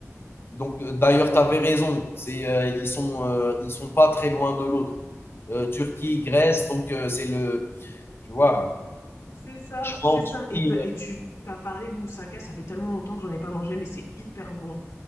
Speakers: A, on the left; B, on the left.
A: Donc euh, d'ailleurs, tu avais raison, c'est, euh, ils sont, euh, ils sont pas très loin de l'autre. Euh, Turquie,
B: c'est,
A: Grèce, donc euh, c'est le, tu vois,
B: c'est ça,
A: je crois
B: c'est
A: en
B: ça.
A: Turquie,
B: Et, t'as- et tu t'as parlé de moussaka, ça fait tellement longtemps que j'en ai pas mangé, mais c'est hyper bon.